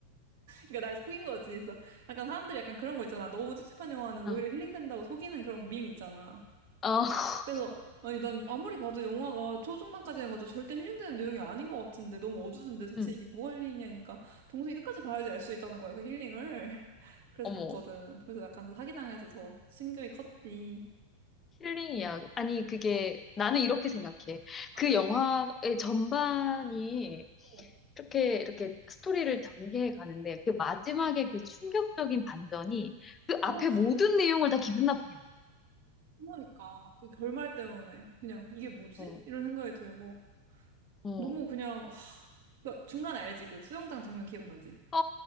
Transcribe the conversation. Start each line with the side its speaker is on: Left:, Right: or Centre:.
Right: 그러니까 날 속인 거지. 그래서 약간 사람들이 약간 그런 거 있잖아. 너무 찝찝한 영화는 오히려
Left: 응,
Right: 힐링된다고 속이는 그런 밈 있잖아.
Left: 어, <laughs>
Right: 그래서, 아니, 난 아무리 봐도 영화가 초중반까지는 봐도 절대 힐링되는 내용이 아닌 것 같은데, 너무 어두운데 대체
Left: 응,
Right: 이게 뭐가 힐링이냐니까, 동생이 끝까지 봐야지 알 수 있다는 거야, 그 힐링을. <laughs> 그래서
Left: 어머.
Right: 봤거든. 그래서 약간 더 사기당해서 더 충격이 컸지.
Left: 힐링이야. 아니, 그게, 나는 이렇게 생각해.
Right: 어떡해?
Left: 그 영화의 전반이
Right: 어.
Left: 이렇게, 이렇게 스토리를 전개해 가는데, 그 마지막에 그 충격적인 반전이 그
Right: 아,
Left: 앞에 모든 내용을 다 기분 나쁘게
Right: 그러니까. 그 결말 때문에. 그냥, 이게 뭐지?
Left: 만들어.
Right: 이런 생각이 들고.
Left: 어,
Right: 너무
Left: 어,
Right: 그냥, 하, 그러니까 중간에 알지? 그 수영장 장면 기억나지?
Left: 어,